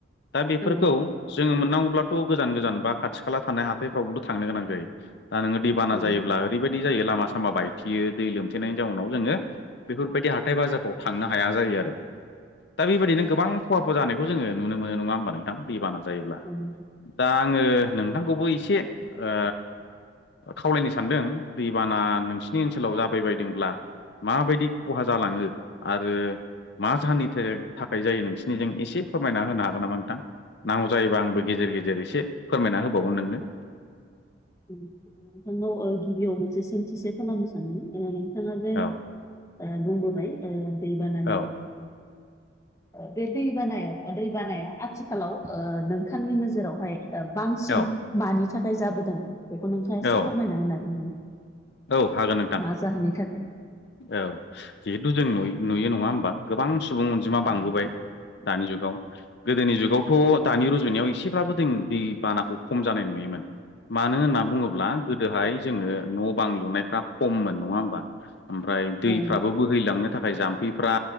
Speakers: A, on the left; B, on the left.
A: दा बेफोरखौ
B: नोंथां।
A: जोंङो मोननांगौब्ला खौ गोजान गोजान बा खाथि खाला थानाय हाथायफ्रावबोथ' थांनो गोनां जायो दा नोंङो दैबान
B: औ नोंथां।
A: जायोब्ला ओरैबायदि दि जायो लामा सामा बायथेयो दै लोमथेनायनि जाउनाव जोंङो बेफोरबायदि हाथाय बाजारफ्राव थांनो हाया जायो आरो। दा बैबायदिनो गोबां खहाफोर जानायखौ जोंङो नुनो मोनो नंङा होमबा नोंथां? दैबाना जायोब्ला।
B: औ नोंथां।
A: दा आंङो नोंथांखौबो एसे ओ खावलायनो सानदों दैबाना नोंसिनि ओनसोलाव जाबाय बायदोंब्ला माबायदि खहा जालांङो आरो मा जाहोननिथो थाखाय जायो नोंसिनिजों एसे फोरमायना होनो हागोन नामा नोंथां? नांगौ जायोबा आंबो गेजेर गेजेर एसे फोरमायना होबावगोन नोंनो।
B: नोंथांनाव गिबियाव मोनसे सोंथि सो खालामनो सानदोंमोन ओ थांङा जे
A: औ
B: ओ बुंबोबाय ओ दै बाना
A: औ
B: <unintelligible> बे दै बानाया दै बानाया आथिखालाव ओ नोंथांनि नोजोरावहाय ओ बांसिन
A: औ
B: मानि थाखाय जाबोदों बेखौ नोंथांङा
A: औ
B: एसे फोरमायना होनो हागोन
A: औ हागोन नोंथां।
B: नामा मा जाहोननि थाखाय
A: औ जिहेथु नुय नुयो नंङा होमबा? गोबां सुबुं अनजिमा
B: औ
A: बांबोबाय।
B: नोंथां
A: दानि जुगाव गोदोनि जुगावथ' दानि रुजुनायाव एसेब्लाबो जों दै बानाखौ खम जानाय नुयोमोन। मानो होनना बुंङोब्ला गोदोहाय जोंङो न' बां लुनायफ्रा खम मोन नंङा होमबा? ओमफ्राय दैफ्राबो
B: औ नोंथां औ
A: बोहैलांनो थाखाय जाम खैफ्रा